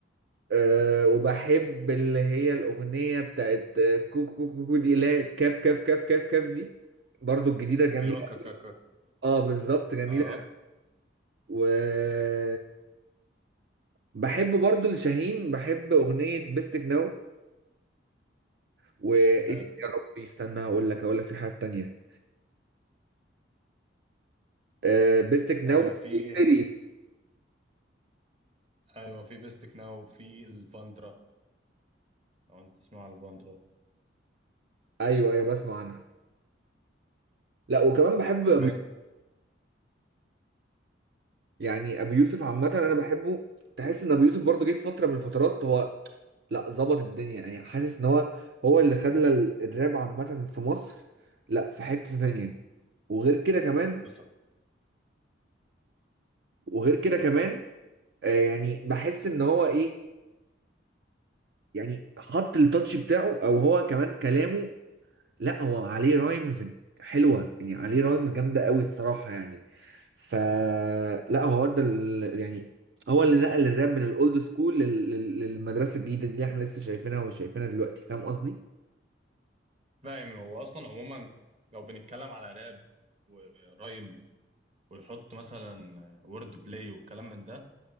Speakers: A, on the right; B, on the right.
A: أه وبحب اللي هي الأغنية بتاعت آه، كوكو كوكو كوكو دي لا كاف كاف كاف كاف كاف دي برضو الجديدة جميلة
B: اللي هو كاكاكا
A: اه بالظبط جميلة
B: اه
A: و بحب برضو لشاهين بحب أغنية بيستك ناو وإيه
B: حلو
A: تاني يا ربي استنى هقول لك هقول لك في حاجة تانية آه، بيستك ناو
B: آه في
A: سيري
B: ايوه في بيستك ناو في الفاندرا لو انت تسمع الفاندرا
A: ايوه ايوه بسمع عنها لا وكمان بحب ابو
B: ما
A: يوسف يعني ابو يوسف عامه انا بحبه تحس ان ابو يوسف برضه جه في فتره من الفترات هو لا ظبط الدنيا يعني حاسس ان هو هو اللي خلى ال- الراب عامه في مصر لا في حته تانية وغير كده كمان
B: بص
A: وغير كده كمان آه يعني بحس ان هو ايه يعني حط التاتش بتاعه او هو كمان كلامه لا هو عليه رايمز حلوه يعني عليه رايمز جامده قوي الصراحه يعني ف لا هو ده ال... يعني هو اللي نقل الراب من الاولد سكول لل... لل- للمدرسه الجديده دي اللي احنا لسه شايفينها وشايفينها دلوقتي فاهم قصدي
B: فاهم هو اصلا عموما لو بنتكلم على راب ورايم ويحط مثلا وورد بلاي والكلام من ده